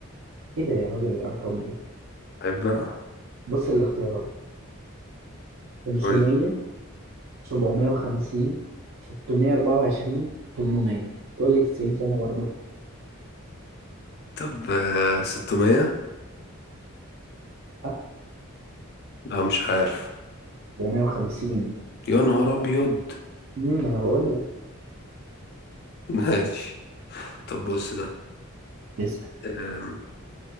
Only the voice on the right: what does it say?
ايه ده يا راجل الارقام دي
بص الاختيارات 500
750 624 800 تقول لي 90 سنة برضه
اه
750
امم انا بقول لك
اسأل